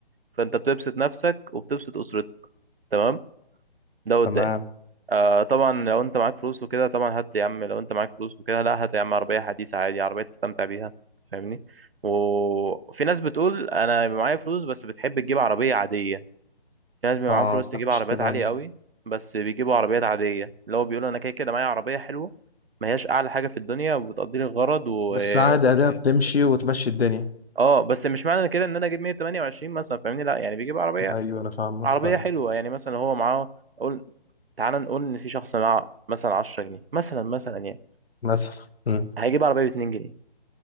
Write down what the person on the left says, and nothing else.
تمام
أه
ما بحبش
تبان
بس عادي
أداة بتمشي وتمشي الدنيا
أيوه أنا فاهمك
فاهم
للأسف أمم.